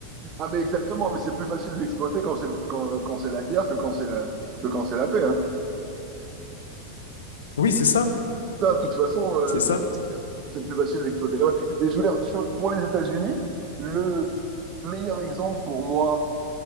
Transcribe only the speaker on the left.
Oui, c'est ça.
C'est ça.